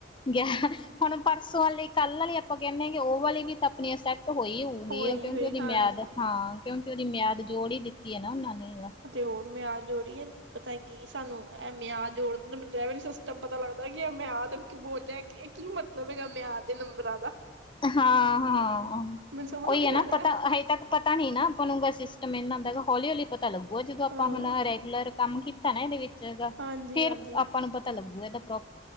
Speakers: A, on the left (about 25°); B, on the right (about 75°).
A: ਗਿਆ ਹੁਣ ਪਰਸੋਂ ਵਾਲੀ ਕੱਲ ਆਲੀ ਆਪਾਂ ਕਹਿੰਦੇ ਹਾਂਗੇ ਉਹ ਵਾਲੀ ਵੀ ਤਾਂ ਆਪਣੀਆਂ ਸੈਟ ਤਾਂ ਹੋਈ ਹੋਊਗੀ
B: ਹੋਈ
A: ਆ ਕਿਉਂਕਿ
B: ਹੋਈ
A: ਉਹਦੀ
B: ਹਾਂਜੀ
A: ਮਿਆਦ ਹਾਂ। ਕਿਉਂਕਿ ਉਹਦੀ ਮਿਆਦ ਜੋੜ ਹੀ ਦਿੱਤੀ ਹੈ ਨਾ ਉਹਨਾਂ ਨੇ
B: ਅਤੇ ਹੋਰ ਮੈਂ ਆ ਜੋੜੀਏ ਪਤਾ ਕੀ ਸਾਨੂੰ ਇਹ ਮਿਆਦ ਜੋੜ ਸਿਸਟਮ ਪਤਾ ਲੱਗਦਾ ਕਿ ਇਹ ਮਿਆਦ ਬੋਲਿਆ ਕੀ ਮਤਲਬ ਹੈਗਾ ਮਿਆਦ ਦੇ ਨੰਬਰਾਂ ਦਾ
A: ਹਾਂ, ਹਾਂ
B: ਮੈਨੂੰ ਸਮਝ
A: ਉਹੀ
B: ਥੋੜੀ
A: ਹੈ, ਨਾ
B: ਲੱਗਦਾ
A: ਪਤਾ ਹਜੇ ਤੱਕ ਪਤਾ ਪਤਾ ਨਹੀਂ ਨਾ ਆਪਾਂ ਨੂੰ ਸਿਸਟਮ ਹਨਾ ਹੌਲੀ- ਹੌਲੀ ਪਤਾ ਤਾਂ ਲੱਗੂਗਾ ਜਦੋਂ
B: ਹਾਂ
A: ਆਪਾਂ ਹੁਣ ਰੈਗੂਲਰ ਕੰਮ ਕੀਤਾ ਨਾ ਇਹਦੇ ਵਿੱਚ ਜਗ੍ਹਾਂ
B: ਹਾਂਜੀ
A: ਫੇਰ
B: ਹਾਂਜੀ
A: ਆਪਾਂ ਨੂੰ ਪਤਾ ਲੱਗੂ। ਮੈਂ ਤਾਂ ਪ੍ਰੋਪ